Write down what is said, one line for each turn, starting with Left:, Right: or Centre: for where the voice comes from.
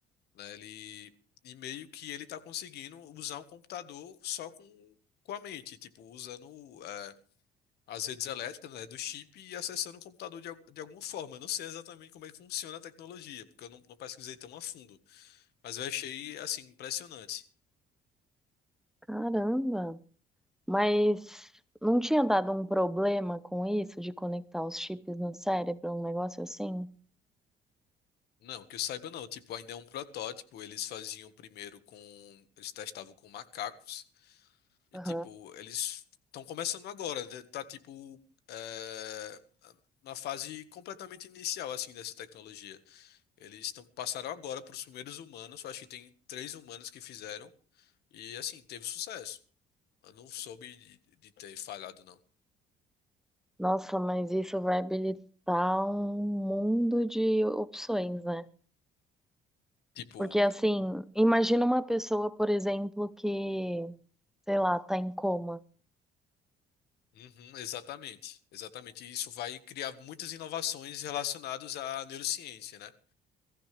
Left: né? Ele, e meio que ele está conseguindo usar um computador só com, com a mente, tipo, usando é, as redes elétricas, né, do chip e acessando o computador de, al- de alguma forma. Eu não sei exatamente como é que funciona a tecnologia, porque eu não, não pesquisei tão a fundo, mas eu achei, assim, impressionante.
Centre: Caramba! Mas não tinha dado um problema com isso de conectar os chips no cérebro, um negócio assim?
Left: Não, que eu saiba não, tipo, ainda é um protótipo, eles faziam primeiro com, eles testavam com macacos, E,
Centre: Aham.
Left: tipo, eles estão começando agora, né? tá tipo é, na fase completamente inicial assim dessa tecnologia. Eles tão, passaram agora para os primeiros humanos, acho que tem três humanos que fizeram e assim teve sucesso. Eu não soube de, de ter falhado não.
Centre: Nossa, mas isso vai habilitar um mundo de opções, né?
Left: Tipo,
Centre: Porque assim, imagina uma pessoa, por exemplo, que, sei lá, tá em coma.
Left: uhum, exatamente, exatamente. E isso vai criar muitas inovações relacionadas à neurociência, né?